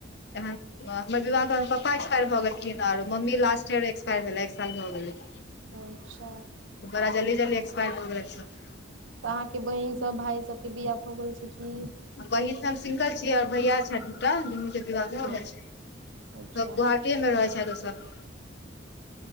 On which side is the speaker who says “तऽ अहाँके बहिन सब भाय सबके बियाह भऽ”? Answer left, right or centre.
Right